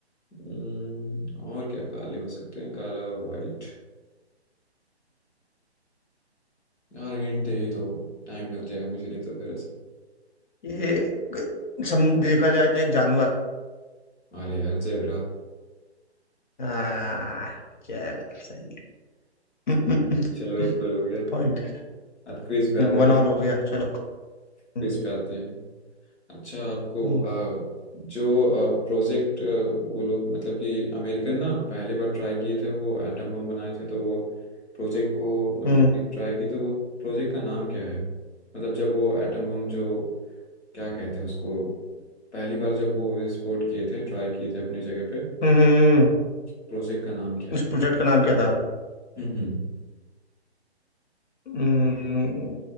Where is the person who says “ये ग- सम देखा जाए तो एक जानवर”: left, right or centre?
Left